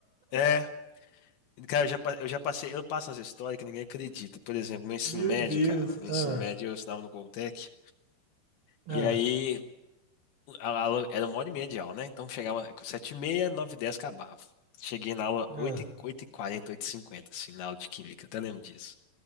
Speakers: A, on the left; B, on the right.
A: É, cara, eu já, pa- eu já passei, eu passo essa história que ninguém acredita. Por exemplo, no ensino
B: Meu
A: médio,
B: Deus.
A: cara, no ensino
B: Ah,
A: médio eu estudava no Goltec. E
B: ah,
A: aí, a aula era uma hora e meia de aula, né? Então chegava sete e meia, nove e dez acabava. Cheguei na aula oito
B: ah,
A: oito e 40, 8 e 50, assim, na aula de química, até lembro disso.